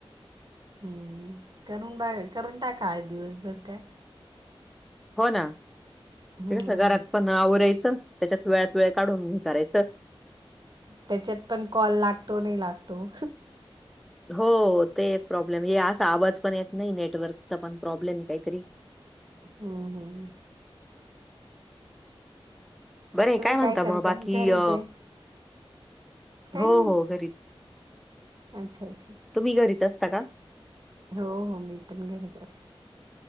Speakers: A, on the right; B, in the centre.
A: हम्म करून बघ करून टाका आज दिवसभर काय.
B: हो ना,
A: हं.
B: ते घरात पण आवरायचं त्याच्यात वेळात वेळ काढून हे करायचं.
A: त्याच्यात पण कॉल लागतो नाही लागतो.
B: हो ते एक प्रॉब्लेम हे अस आवाज पण येत नाही. नेटवर्कचा पण प्रॉब्लेम काहीतरी.
A: हम्म हम
B: बरं ये
A: तुम्ही
B: काय म्हणता
A: करता
B: मग बाकी
A: घरीच
B: अ
A: आहे काही
B: हो
A: नाही
B: हो घरीच.
A: अच्छा अच्छा
B: तुम्ही घरीच असता का?
A: हो हो मी पण घरीच असते.